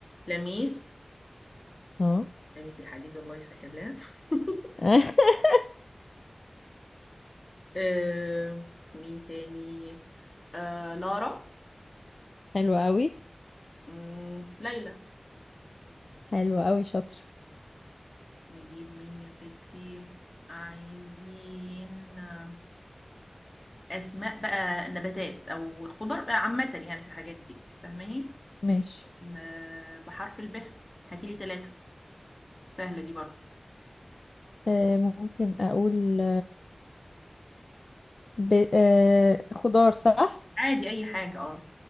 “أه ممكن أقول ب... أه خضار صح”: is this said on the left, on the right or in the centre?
Left